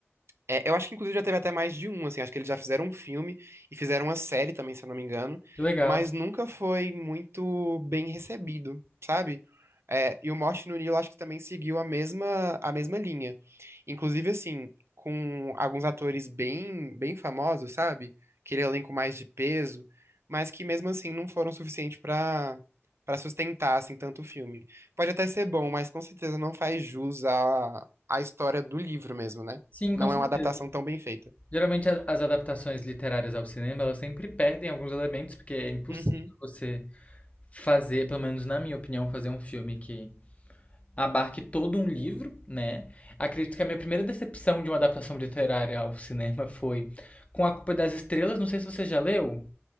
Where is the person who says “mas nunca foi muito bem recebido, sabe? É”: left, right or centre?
Right